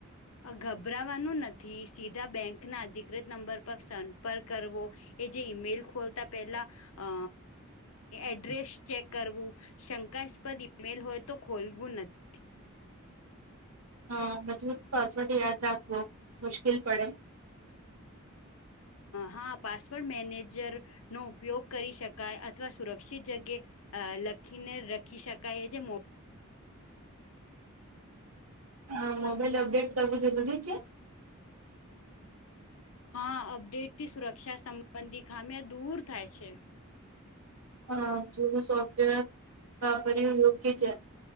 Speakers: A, on the left; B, on the right.
A: ગભરાવાનું નથી સીધા બેંક ના અધિકૃત નંબર પર સંપર્ક કરવો. એ જે ઈમેલ ખોલતા પેલા અ એડ્રેસ ચેક કરવું. શંકાસ્પદ ઈમેલ હોય તો ખોલવું નથી.
B: હા બજું પાસવર્ડ યાદ રાખવો મુશ્કેલ પડે.
A: હા પાસવર્ડ મેનેજર. નો ઉપયોગ કરી શકાય અથવા સુરક્ષિત જગ્યા. અ લખીને રખી શકાય એ જે મો.
B: આ મોબાઈલ અપડેટ કર બુધી છે.
A: હા અપડેટથી સુરક્ષા સંબંધી ખામ્યા દૂર થાય છે.
B: હ જુ સોફ્ટવેર વાપરી યોગ્ય છે.